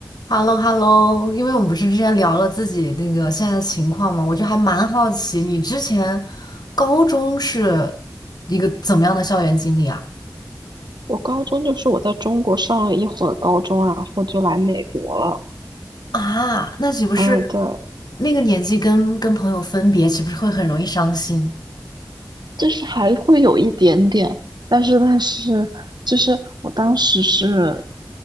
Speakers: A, on the left; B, on the right.
A: h e l l o h e l l o 因为我们不是之前聊了自己那个现在的情况嘛，我就还蛮好奇你之前高中是一个怎么样的校园经历啊？
B: 我高中就是我在中国上了一会儿高中，然后就来美国了。
A: 啊，那岂不是
B: 嗯，对，
A: 那个年纪跟跟朋友分别，岂不是会很容易伤心？
B: 就是还会有一点点，但是但是就是我当时是，